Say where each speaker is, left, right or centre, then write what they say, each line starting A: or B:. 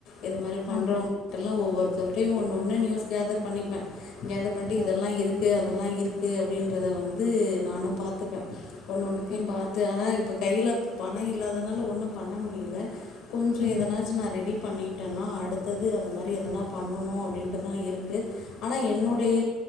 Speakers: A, on the left (about 70°); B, on the left (about 55°).
A: இது மாரி பண்றவங்
B: ஆமா.
A: கிட்டெல்லா ஒவ்வொருத்தருட்டையு ஒன்னு ஒன்னு நியூஸ் கேதர் பண்ணிப்பே கேதர் பண்ட்டு இதெல்லா
B: ஓ!
A: இருக்கு அதெல்லா இருக்கு அப்டின்றத வந்து நானு பாத்துப்ப ஒன்னு ஒன்னுத்தையு
B: ஆ,
A: பாத்து ஆனா இப்போ கையில பணோ இல்லாதுனால ஒன்னு பண்ண முடியல கொஞ்ச
B: ஆ,
A: எதனாச்சு நா ரெடி பண்ணிட்டேனா அடுத்த து மாதிரி எதனா பண்ணணு அப்டின்டு தா இருக்கு ஆனா என்னுடைய
B: ஆ.